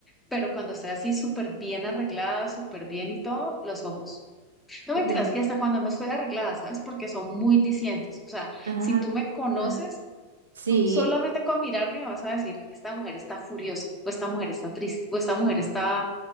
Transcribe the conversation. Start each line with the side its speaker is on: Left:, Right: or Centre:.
Centre: pero cuando estoy así súper bien arreglada, súper bien y todo, los ojos. No
Right: Los-
Centre: mentiras, y hasta cuando no estoy arreglada, ¿sabes? Porque son muy discientes. O sea,
Right: ah,
Centre: si tú me conoces,
Right: Mm. Sí,
Centre: tú solamente con mirarme vas a decir, esta mujer está furiosa, o esta mujer está triste, o esta mujer está,